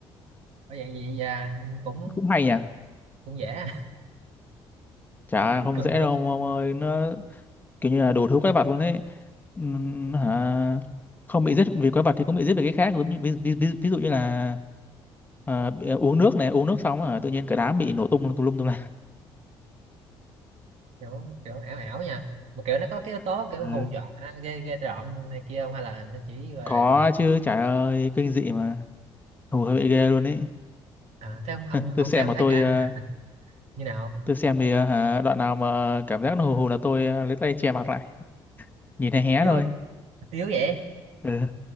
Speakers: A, on the right; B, on the left.
A: có vậy gì à, cũng
B: cũng hay nhỉ
A: cũng dễ
B: chả
A: <laughs>
B: không
A: cũng,
B: dễ
A: cũng
B: đâu ông ơi nó kiểu như là đủ thứ quái vật luôn ấy Ừm, hả không bị giết vì quái vật thì cũng bị giết vì cái khác giống như ví, ví, ví, ví dụ như là ờ, bị- ờ, uống nước này uống nước xong hả tự nhiên cả đám bị nổ tung tùm lum tùm
A: kiểu kiểu ảo ảo nha mà kiểu nó có cái yếu tố kiểu
B: la
A: hù dọa ghê ghê rợn này kia không hay là nó chỉ là
B: Có chứ, trời ơi, kinh dị mà. Hù hơi bị ghê luôn ấy.
A: à, thế ông ông
B: Tôi
A: ông
B: xem
A: xem
B: mà
A: thấy
B: tôi
A: cả
B: ờ,
A: <laughs> như nào không?
B: tôi xem thì ờ, hả, đoạn nào mà cảm giác nó hù hù là tôi ờ, lấy tay che mặt lại, nhìn hé hé
A: yếu
B: thôi.
A: yếu vậy
B: Ừ.